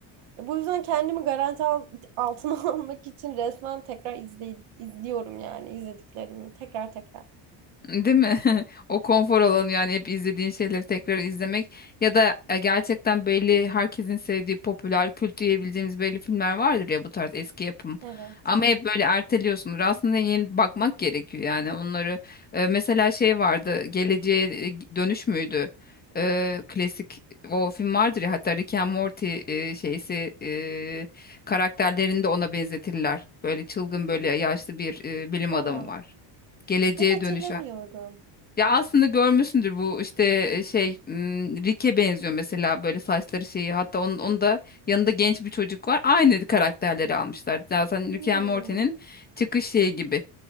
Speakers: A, on the right; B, on the left.
A: E bu yüzden kendimi garanti al- altına <laughs> almak için resmen tekrar izley izliyorum yani izlediklerimi tekrar tekrar.
B: Değil mi? <laughs> O konfor alanı yani hep izlediğin şeyleri tekrar izlemek ya da e, gerçekten belli herkesin sevdiği popüler kült diyebileceğimiz belli filmler vardır ya bu tarz eski yapım.
A: Evet.
B: Ama hep böyle erteliyorsun. Aslında yeni bakmak gerekiyor yani onları. E, mesela şey vardı Geleceğe e, Dönüş müydü? E, klasik o film vardır ya hatta Rick and Morty e, şeysi e, karakterlerini de ona benzetirler. Böyle çılgın böyle yaşlı bir e, bilim
A: Aa,
B: adamı var. Geleceğe
A: pek hatırlamıyorum.
B: dönüş ya aslında görmüşsündür bu işte e, şey m, Rick'e benziyor mesela böyle saçları şeyi hatta onun, onun da yanında genç bir çocuk var. Aynı karakterleri almışlar. Zaten
A: Hmm.
B: Rick and Morty'nin çıkış şeyi gibi.